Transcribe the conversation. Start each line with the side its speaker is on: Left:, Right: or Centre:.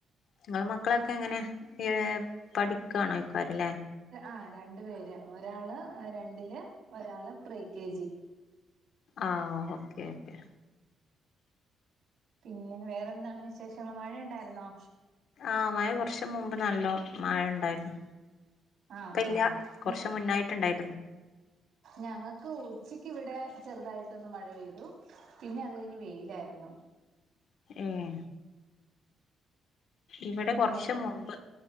Left: നിങ്ങള മക്കളൊക്കെ എങ്ങനെ ഈ പഠിക്കണോ പരില
Right: ആ രണ്ട് പേര് ഒരാള് രണ്ടില് ഒരാള് പ്രീ കെ ജി
Left: ആഹ് ഓക്കെ ഓക്കെ
Right: പിന്നെ വേറെന്താണ് വിശേഷങ്ങൾ മഴയുണ്ടായിരുന്നോ
Left: ആ മഴ കുറച്ച് മുമ്പ് നല്ല മഴ ഉണ്ടായിരുന്നു
Right: ആഹ്
Left: ഇപ്പ ഇല്ല
Right: ആഹ്
Left: കുറച്ച്
Right: ഞ
Left: മുന്നായിട്ടുണ്ടായിരുന്നു
Right: ഞങ്ങക്ക് ഉച്ചക്ക് ഇവിടെ ചെറുതായിട്ടൊന്ന് മഴ പെയ്തു പിന്നെ അത് കഴിഞ്ഞ് വെയിലാരുന്നു
Left: ഏഹ് ഇവിടെ
Right: പിന്നെ
Left: കുറച്ച് മുമ്പ്